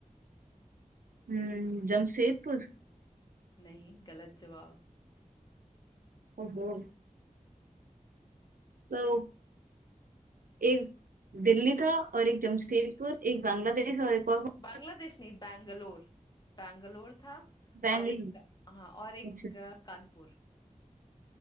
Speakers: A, on the right; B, on the left.
A: हम्म जमशेदपुर
B: नहीं गलत जवाब
A: ओहो तो एक दिल्ली था और एक जमशेदपुर एक बांग्लादेश और एक और कौन
B: बांग्लादेश
A: सा
B: नहीं बैंगलोर बैंगलोर था
A: बैंगलोर
B: और एक हाँ और एक
A: अच्छा
B: अ, कानपुर